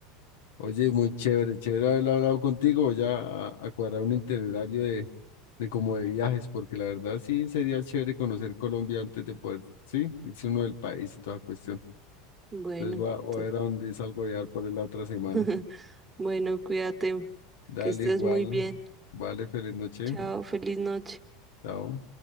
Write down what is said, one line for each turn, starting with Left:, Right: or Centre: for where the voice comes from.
Left: Oye, muy chévere, chévere haber hablado contigo. Voy a, a- a cuadrar un itinerario de, de como de viajes, porque la verdad sí sería chévere conocer Colombia antes de poder, sí, irse uno del país y toda cuestión.
Right: Bueno,
Left: Entonces voy a, voy
Right: to-
Left: a ver a dónde salgo a viajar por ahí la otra semana.
Right: <laughs> bueno, cuídate,
Left: Dale
Right: que estés
Left: igual.
Right: muy bien.
Left: Vale, feliz noche.
Right: Chao, feliz noche.
Left: Chao.